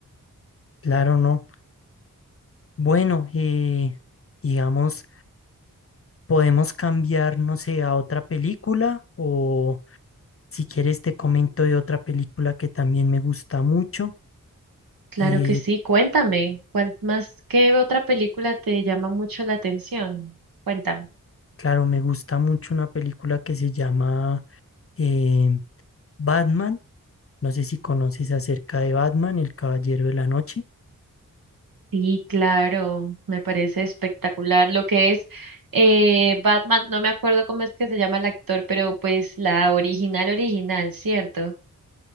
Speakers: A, on the left; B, on the right.
A: Claro, no. Bueno, eh, digamos, podemos cambiar, no sé, a otra película o Si quieres, te comento de otra película que también me gusta mucho.
B: Claro
A: Eh,
B: que sí, cuéntame, ¿cuál más, qué otra película te llama mucho la atención? Cuéntame.
A: claro, me gusta mucho una película que se llama eh, Batman. No sé si conoces acerca de Batman, El Caballero de la Noche.
B: Sí, claro, me parece espectacular lo que es eh, Batman, no me acuerdo cómo es que se llama el actor, pero pues la original original, ¿cierto?